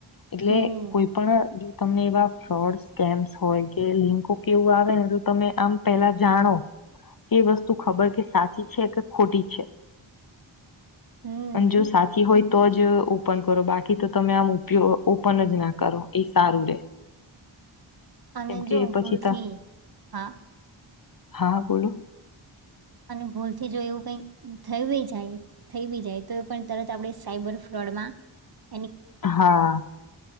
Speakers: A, on the left; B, on the right.
A: એટલે
B: હમ
A: કોઈ પણ તમે એવા ફ્રોડ સ્કેમ્સ હોય કે લિંકો કેવું આવે ને તો તમે આમ પેલા જાણો એ વસ્તુ ખબર કે સાચી છે કે ખોટી છે,
B: હમ
A: અને જો સાચી હોય તો જ ઓન કરો બાકી તો તમે આમ ઓપન જ ના કરો એ સારું રે
B: અને
A: કેમ કે
B: જો ભૂલથી
A: પછી ત
B: હા,
A: હા, બોલો
B: અને ભૂલથી જો એવું કઈ થય બી જાય થઈ બી જાય તો એ પણ તરત આપડ સાયબર ફ્રોડ માં
A: હા